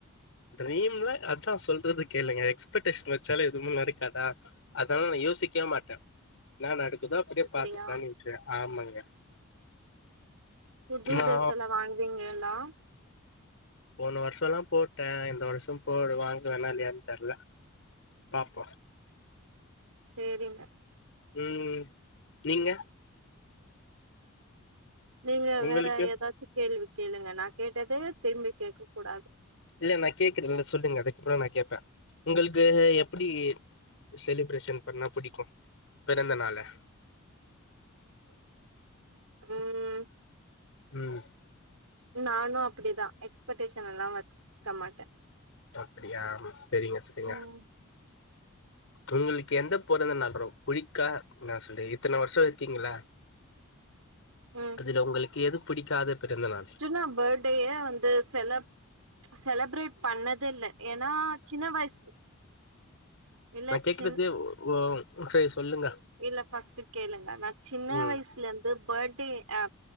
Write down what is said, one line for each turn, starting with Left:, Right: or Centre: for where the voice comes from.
Left: ட்ரீம்ல அதா சொல்றது கேளுங்க எக்ஸ்பெக்டேஷன் வச்சாலே எதுவும் நடக்காதா அதலா நா யோசிக்கவே மாட்டே நா நடக்குதா அப்புடியே
Right: அப்படியா
Left: பாத்துக்கலான் விட்றுவே ஆமாங்க
Right: புது
Left: நா
Right: டிரஸ்ஸல்லா வாங்குவீங்களா
Left: போன வருஷோல்லா போட்டே இந்த வருஷோ போடு வாங்குவேணா இல்லையான் தெர்ல பாப்போ
Right: சேரிங்க
Left: ம் நீங்க
Right: நீங்க
Left: உங்களுக்கு
Right: வேற ஏதாச்சு கேள்வி கேளுங்க நா கேட்டதே திரும்பி கேட்க கூடாது
Left: இல்ல நா கேக்குறன்ல்ல சொல்லுங்க அதுக்கு அப்பறோ நா கேப்பே உங்களுக்கு எப்புடி செலிப்ரேஷன் பண்ணா புடிக்கு பிறந்த நாளா
Right: ம்
Left: ம்
Right: நானு அப்படிதா எக்ஸ்பெக்டேஷன்ல்லா வக்க மாட்ட
Left: அப்படியா சரிங்க சரிங்க
Right: ம்
Left: உங்களுக்கு எந்த பொறந்த நாள் மேடம் புடிக்கா என்ன சொல்ற இத்தன வருஷம் இருக்கீங்கள்ல
Right: ம்
Left: அதுல உங்களுக்கு எது புடிக்காத பிறந்த நாள்
Right: நான் ப டேயே வந்து செலப் செலப்ரேட் பண்ணதேல்ல ஏன்னா சின்ன வயசு இல்ல
Left: நான் கேக்கறது
Right: சின்
Left: ஒ செரி சொல்லுங்க
Right: இல்ல ஃபர்ஸ்ட்டு கேளுங்க நா சின்ன
Left: ம்
Right: வயசு லந்து பர்த்டே அ